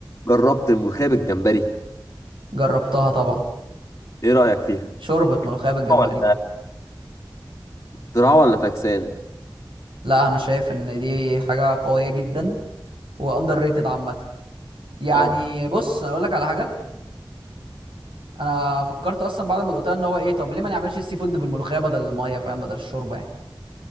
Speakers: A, on the left; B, on the right.
A: جربت الملوخية بالجمبري
B: جربتها طبعا
A: ايه رأيك فيها
B: شوربة ملوخية بالجمبري
A: ولا اختراع ولا فاكسان
B: لا انا شايف ان دي حاجة قوية جدا واندر ريتد عامة يعني
A: اه
B: بص انا اقول لك على حاجة انا فكرت اصلا بعد ما دقتها ان هو ايه طب ليه ما نعملش السي فود بالملوخية بدل المية فاهم بدل الشوربة يعني